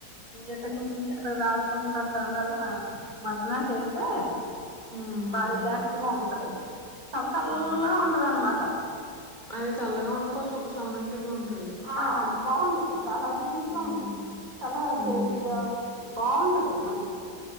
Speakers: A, on the right (about 50°); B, on the left (about 25°).
A: ఎక్కడ నొప్పింటే అక్కడ రాసుకొని కాస్త అల అల మర్దన చేస్తే
B: ఉమ్
A: బా రిలాక్స్గా ఉంటది చాలా చల్లగా
B: ఉమ్
A: ఉంటది అన్నమాట
B: అది చల్లగా ఉండి కొంచెం ఉపశమనం కింద ఉన్
A: ఆ బావుంటది చాలా రిలీఫ్గా
B: మ్మ్
A: ఉంటది అ చాలా
B: మ్మ్
A: తేలిగ్గా బావుంటది మనకి